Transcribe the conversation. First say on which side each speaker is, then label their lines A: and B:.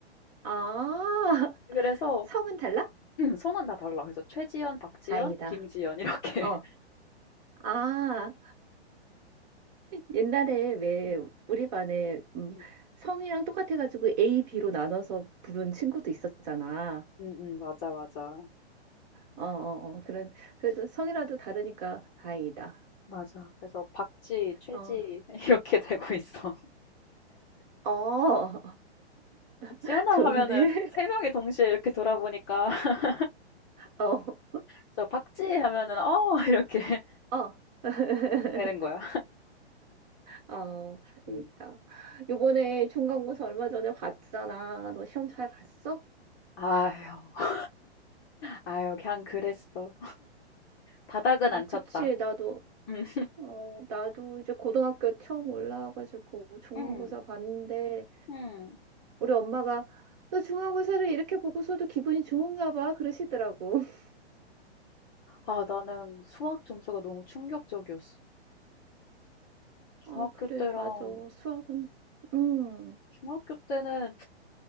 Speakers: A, on the right (about 40°); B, on the left (about 20°).
A: 아,
B: 그래서
A: <laughs> 성은 달라?
B: 응, 성은 다 달라. 그래서 최지연, 박지연,
A: 다행이다.
B: 김지연 이렇게. <laughs>
A: 어, 아, 옛날에 왜
B: 응,
A: 우리 반에 음,
B: 응,
A: 성이랑 똑같아가지고 A, B로 나눠서 부른 친구도 있었잖아.
B: 응, 응, 맞아, 맞아.
A: 어, 어, 어, 그런, 그래도 성이라도 다르니까 다행이다.
B: 맞아. 그래서 박쥐, 최쥐
A: 어,
B: <laughs> 이렇게 되고 있어. <laughs>
A: 어,
B: 지연아
A: <laughs> 좋은데?
B: 하면은 세 명이 동시에 이렇게 돌아보니까 <laughs>
A: <laughs> 어,
B: 그래서 박쥐 하면은 "어." 이렇게 <laughs>
A: 어. <laughs>
B: 되는 거야.
A: 어, 재밌다.
B: 음.
A: 요번에 중간고사 얼마 전에 봤잖아. 너 시험 잘 봤어?
B: 아유. 아유 그냥 그랬어. 바닥은
A: 아,
B: 안
A: 그치.
B: 쳤다.
A: 나도,
B: 음.
A: 어, 나도 이제 고등학교 처음 올라와가지고 중간고사
B: 음.
A: 봤는데,
B: 음.
A: 우리 엄마가 너 중간고사를 이렇게 보고서도 기분이 좋은가 봐 그러시더라고. <laughs>
B: 아 나는 수학 점수가 너무 충격적이었어. 중학교
A: 아, 그래,
B: 때랑
A: 맞아. 수학은, 음,
B: 중학교 때는